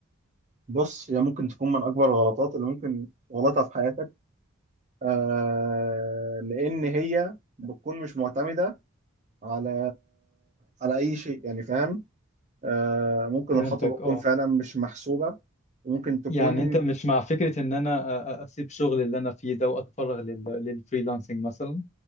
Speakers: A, on the right; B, on the left.
A: بص هي ممكن تكون من أكبر الغلطات اللي ممكن غلطها في حياتك آه لأن هي بتكون مش معتمدة على على أي شيء يعني فاهم آه ممكن
B: فهمتك
A: الخطوة تكون
B: أه
A: فعلا مش محسوبة وممكن تكون
B: يعني انت مش مع فكرة ان انا أ- أ- اسيب شغل اللي انا فيه ده واتفرغ لل... للفريلانسنج مثلا